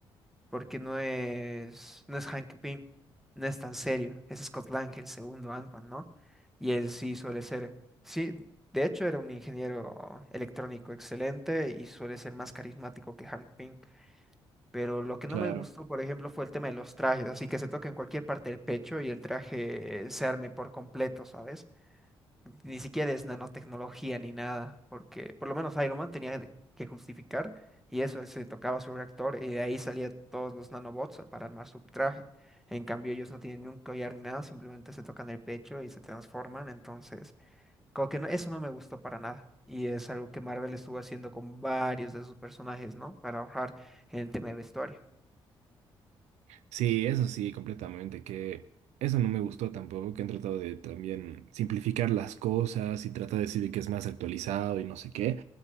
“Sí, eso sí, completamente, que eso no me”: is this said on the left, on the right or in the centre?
Right